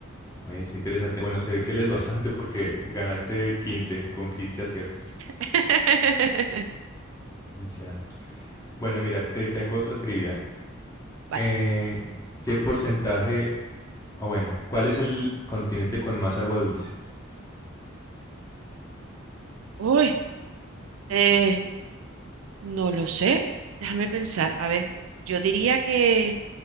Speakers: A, on the left; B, on the right.
A: Oye, Está interesante. Bueno, se ve que lees bastante porque ganaste 15 con 15 aciertos.
B: <laughs>
A: 15 ans- Bueno, mira, te tengo otra trivia.
B: Vale.
A: Eh, ¿qué porcentaje, o bueno, cuál es el continente con más agua dulce?
B: Uy, Eh, no lo sé. Déjame pensar. A ver, yo diría que